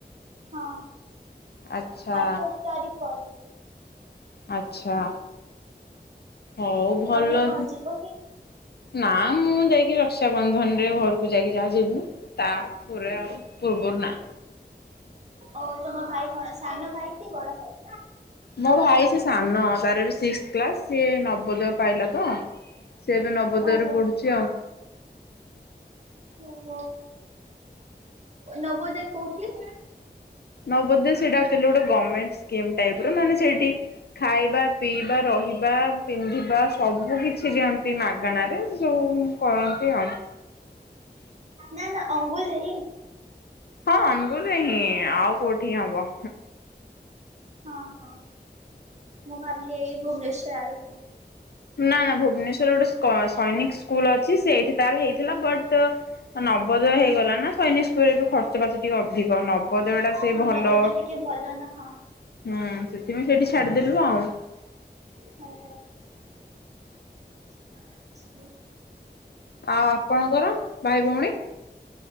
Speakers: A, on the right; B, on the left.
A: ହଁ,
B: ଆଚ୍ଛା
A: ଆଠ ତାରିକ୍ ପରେ।
B: ଆଚ୍ଛା। ହଉ ଭଲ।
A: ତମେ କଣ ଯିବ କି
B: ନା ମୁଁ ଯାଇକି ରକ୍ଷାାବନ୍ଧନ ରେ ଘରକୁ ଯାଇକି ଯାହା ଯିବି। ତା ପୁର ଆଉ ପୂର୍ବରୁ ନା।
A: ଓ ତମ ଭାଇ କଣ ସାନ ଭାଇ କି ବଡ ଭାଇ?
B: ମୋ ଭାଇ ସେ ସାନ ତାର ବି ସିକ୍ସ କ୍ଲାସ ସିଏ ନବୋଦୟ ପାଇଲା ତ ସେ ଏବେ ନବୋଦୟ
A: ଓହୋ
B: ରେ ପଢୁଛି ଆଉ।
A: ଓହୋ ନବୋଦୟ କୋଉଠି?
B: ନବୋଦୟ ସେଟା ଗୋଟେ ଗଭର୍ଣ୍ଣମେଣ୍ଟ ସ୍କିମ୍ ଟାଇପ ର ମାନେ ସେଇଠି ଖାଇବା ପିଇବା ରହିବା ପିନ୍ଧିବା ସବୁ କିଛି ଦିଅନ୍ତି ମାଗଣାରେ ଯୋଉ କରନ୍ତି ଆଉ।
A: ନା ନା ଅନୁଗୁଳ ରେ ହିଁ?
B: ହଁ ଅନୁଗୁଲେ ହିଁ ଆଉ କୋଉଠି ହବ?
A: ହଁ ହଁ ମୁଁ ଭାବିଲି ଏଇ ଭୁବନେଶ୍ୱର ଆଡ଼େ
B: ନା ନା ଭୁବନେଶ୍ଵରରେ ଗୋଟେ ସୈନିକ ସ୍କୁଲ ଅଛି ସେଇଠି ତାର ହେଇଥିଲା ବଟ ନବୋଦୟ ହେଇଗଲା ନା ସୈନିକ ସ୍କୁଲରେ ବି ଖର୍ଚ୍ଚ ଫର୍ଚ ଟିକେ ଅଧିକ ନବ ବୋଧେ ଏଗୁଡା
A: ହଁ
B: ଟା ସେ ଭଲ
A: ନବୋଦୟ
B: ହୁଁ
A: ଟିକେ ଭଲ ନା ହଁ
B: ସେଥିପାଇଁ ସେଇଠି ଛାଡିଦେଲୁ ଆଉ।
A: <unintelligible> <inaudible>
B: ଆଉ ଆପଣଙ୍କର ଭାଇ ଭଉଣୀ?